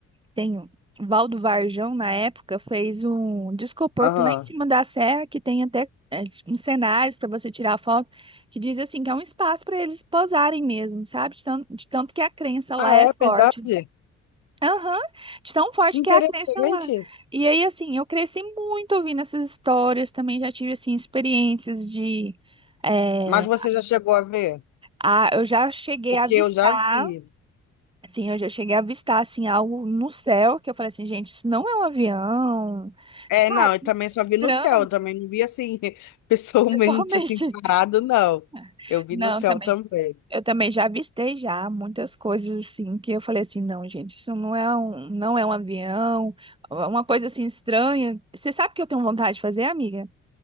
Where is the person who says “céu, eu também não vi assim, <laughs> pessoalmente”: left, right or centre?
Left